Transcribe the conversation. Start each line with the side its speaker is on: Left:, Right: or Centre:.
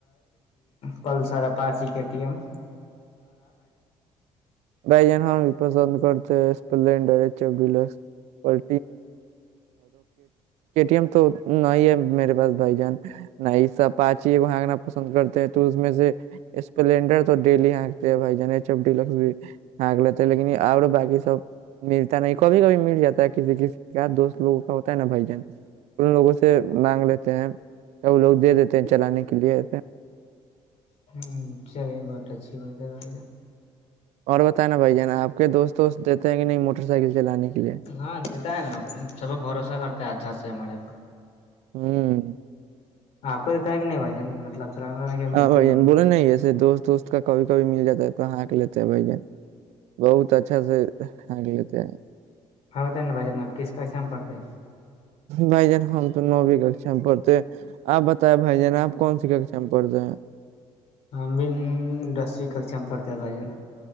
Left: پلسراچن
Right: بھائی جان ہم پسند کرتے ہیں اسپلینڈرچف ڈی اور م تو نہ ہی ہے میرے پاس بھائی جان ن ای سا پاچی ہانکنا پسند کرتے ہیں تو اس میں سے اسپلینڈر تو ڈیلی ہکتے ہیں بھائی جان ایچ ایف ڈیس بھی ہگ لیتے ہے لیکن اور باقی سب ملتا نہیں کبھی کبھی مل جاتا ہے کسی کسی کا دوست لوگوں کا ہوتا ہے نا بھائی جان ان لوگوں سے مانگ لیتے ہیں تو وہ لوگ دے دیتے ہیں چلانے کے لیے
Left: ہ چلیے بہت اچھی بات ہے بھائی
Right: اور بت نا بھائی ج نا آپ کے دوست توست دیتے ہیں کہ نہیں موٹر سائیکل چلانے کے لیے
Left: ہاں دیتا ہے نا سب بھروسہ کرتا ہے اچھات سے ہمارے پاس
Right: ہوں
Left: آپ کو دیتا ہے کہ نہیں بھ جان مطلب چلانے ولانے کے ملتا
Right: ہاں بھائی
Left: ہی ہوگا
Right: جان بولے نا ایسے دوست وست کا کبھی کبھی مل جاتا ہے کہاں کے لیےتے بھای جن بہت اچھا سے ہ لے <unintelligible>
Left: ہاں بھا جان اب کس کیسے میں پڑتے ہیں
Right: بھائی جان ہم تو نوویں ککھا میں پڑھتے آپ بتیں بھائی جان آپ کون سی ککسا میں پڑھتے ہیں
Left: ہم بھی دسویں کھکسا میں پڑھتا بھائیے